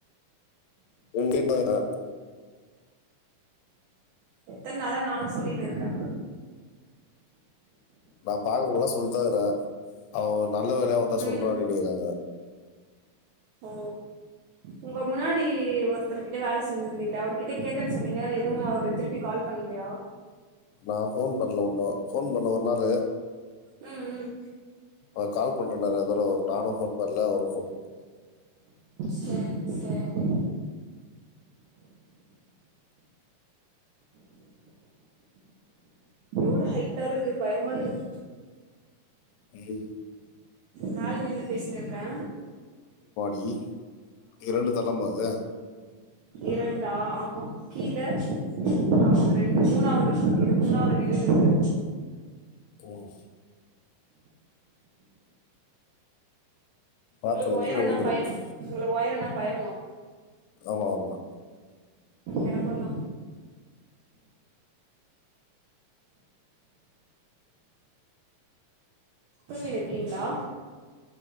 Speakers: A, on the left; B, on the right.
A: உங்கே பததா
B: எத்தன நாள நாநு சொல்லனு இருக்க
A: நான் பாக்குறங்கல்லாம் சொல்லிதா இருக்கறேன் அவர் நல்ல வேலையா வந்தான்
B: ம்
A: சொல்றே அனிக்கிறாங்க
B: ஓ உங்க முன்னாடி ஒருத்தர்க கிட்ட வேலை செஞ்சிருந்தீங்களா அவ கிட்ட கேட்டேன்னு சொன்னீங்க எதுவும் அவரு திருப்பி கால் பண்ணலையா
A: நான் போன் பண்ணல ஒண்ணும் போன் பண்ண ஒரு நாளு
B: உம் உம்
A: அவர்கால்ண்றேனாரு அதோட நானும் போன் பண்ணல அவரும் போன் பண்ண
B: சேரி சேரி எவ்வளவு ஹைட்டா இருக்குது பயமா இருக்குது
A: பேய்
B: மேல நின்னு பேசின இருக்கே
A: யி இரண்டு தளம் அது
B: இரண்டா ஆமா கீழே ஆமா ரெண்டு மூணாவது இது மூணாவது நினனது இருக்கு
A: போமா பார்த்தவங்க
B: உங்களுக்கு ஒயர
A: கீழே
B: என்னா
A: விழுந்துருப்போம்
B: பயம் உங்களுக்கு ஒயரனா பய
A: ஆமா ஆமா
B: எனக்குதா தூகீன்னு இருக்கீங்களா